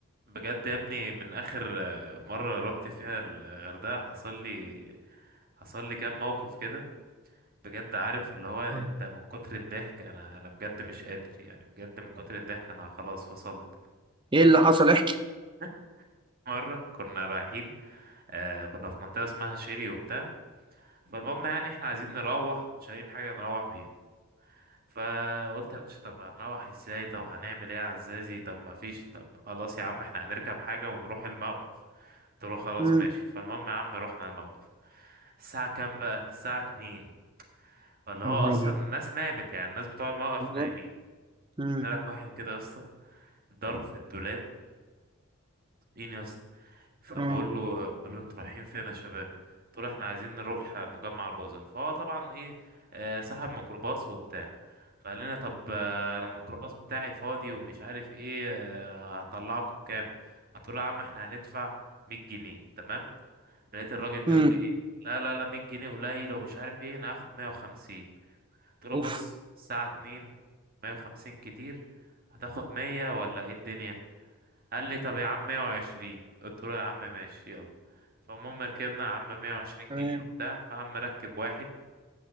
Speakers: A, on the right (about 40°); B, on the right (about 20°).
A: بجد يا ابني من اخر آه، مرة رحت فيها الغردقة حصل لي حصل لي كام موقف كده بجد عارف اللي هو انت
B: آه.
A: من كتر الضحك انا انا بجد مش قادر يعني بجد من كتر الضحك انا خلاص فصلت
B: ايه اللي حصل احكي
A: <laughs> مرة كنا رايحين آه كنا في منطقة اسمها شيري وبتاع فالمهم يعني احنا عايزين نروح ومش لاقيين حاجة نروح بيها فقلت يا باشا طب هنروح ازاي طب هنعمل ايه يا عزازي طب ما فيش طب خلاص يا عم احنا هنركب حاجة ونروح الموقف قلت له خلاص
B: مم.
A: ماشي فالمهم يا عم رحنا الموقف الساعة كام بقى الساعة اتنين فاللي هو
B: يا نهار
A: اصلا
B: ابيض
A: الناس نامت يعني الناس بتوع الموقف
B: بالظبط
A: نايمين
B: مم.
A: انا لك واحد كده يا اسطى ضرب في الدولاب فين يا اسطى فبقول
B: اه
A: له بقول له انتوا رايحين فين يا شباب قلت له احنا عايزين نروح مجمع الجزر فهو طبعا ايه آه، صاحب ميكروباص وبتاع فقال لنا طب آه، انا الميكروباص بتاعي فاضي ومش عارف ايه آه، هطلعكم كام قلت له يا عم احنا هندفع 100 جنيه تمام لقيت الراجل بيقول
B: مم.
A: لي ايه لا لا لا 100 جنيه قليل ومش عارف ايه انا هاخد 150 قلت له
B: اوف
A: بص الساعة 2 150 كتير هتاخد 100 ولا ايه الدنيا قال لي طب يا عم 120 قلت له يا عم ماشي يلا فالمهم ركبنا يا عم 120
B: تمام
A: جنيه وبتاع فقام مركب واحد